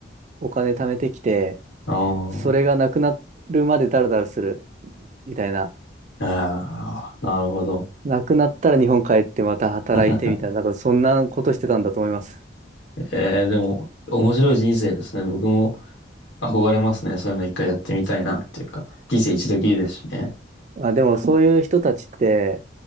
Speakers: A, on the right; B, on the left.
A: お金貯めてきて、
B: あ
A: それがなくなるまでダラダラするみたいな。
B: あ、ああなるほど。
A: なくなったら日本帰ってまた働いてみたいな、
B: <laughs>
A: なんかそんなことしてたんだと思います。
B: ええでも、面白い人生ですね。僕も憧れますね。そういうの一回やってみたいなっていうか、人生一度きりですしね。
A: あ、でもそういう人たちって、